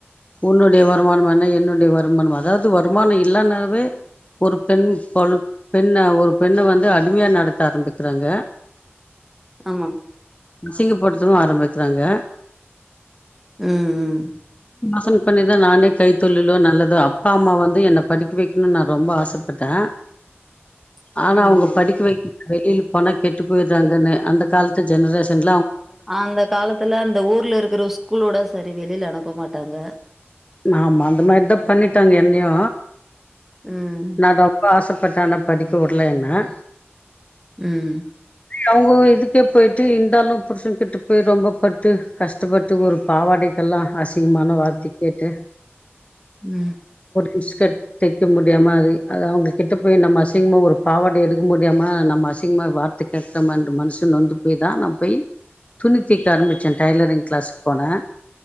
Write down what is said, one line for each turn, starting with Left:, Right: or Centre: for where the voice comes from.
Left: உன்னுடைய வருமானம் என்ன என்னுடைய வருமானம் அதாவ்து வருமானம் இல்லனாவே ஒரு பெண் பொ பெண்ண ஒரு பெண்ண வந்து அடிமையா நடத்த ஆரம்பிக்கிறாங்க
Centre: ஆமா
Left: அசிங்கப் படுத்துவு ஆரம்பிக்கிறாங்க
Centre: ம் ம்
Left: ஆசன் பண்ணிதா நானே கைத்தொழிளோ நல்லது அப்பா அம்மா வந்து என்ன படிக்க வைக்கணும்னு நா ரொம்ப ஆசைப்பட்டே
Centre: <inaudible>
Left: ஆனா
Centre: ஆமா
Left: அவங்க படிக்க வைக்க வெளியில பண கெட்டு போயிடுறாங்கன்னு அந்த காலத்து ஜெனரேஷன்
Centre: அந்த காலத்துல அந்த ஊர்ல இருக்குற ஸ்கூலோட சரி வெளியில அனுப்ப மாட்டாங்க
Left: ஆமா அந்த மாரி தா பண்ணிட்டாங்க என்னையு
Centre: ம்
Left: நா ரொம்ப ஆசைப்ப பட்டே ஆனா படிக்க விடல என்ன
Centre: ம்
Left: அவங்க இதுக்கே போயிட்டு இருந்தாலு புருசன் கிட்டு போய் ரொம்ப பட்டு கஷ்டப்பட்டு ஒரு பாவாடை ல்லா அசிங்கமான வார்த்தைய கேட்டு
Centre: ம்
Left: இன்ஸ்கட் தைக்க முடியாம அது அது அவங்க கிட்ட போய் நம்ம அசிங்கமா ஒரு பாவாடை எடுக்க முடியாம நம்ம அசிங்கமா வார்த்த கேக்குறமன்ற மனுஷ நொந்து போய் தா போய் துணி தைக்க ஆரம்பிச்சே டைலரிங் கிளாஸுக்கு போனே